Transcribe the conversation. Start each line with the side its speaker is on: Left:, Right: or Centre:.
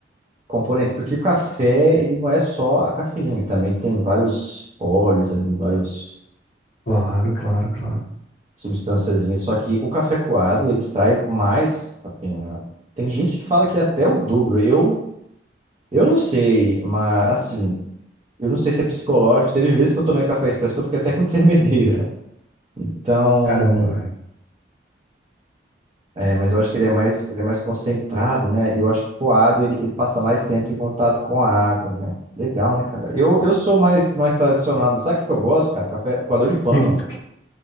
Right: componentes, porque o café, ele não é só a cafeína, ele também tem vários óleos ali, vários
Left: Claro, claro, claro.
Right: substânciazinhas, só que o café coado, ele extrai mais cafeína. Tem gente que fala que é até o dobro. Eu, eu não sei, mas assim, eu não sei se é psicológico, teve vezes que eu tomei café expresso que eu fiquei até com tremedeira. Então,
Left: Caramba, velho.
Right: É, mas eu acho que ele é mais, ele é mais concentrado, né? E eu acho que o coado ele, ele passa mais tempo em contato com a água, né? Legal, né, cara? Eu, eu sou mais, mais tradicional. mas Sabe o que que eu gosto, cara? Café, coador de pano.
Left: Que- que-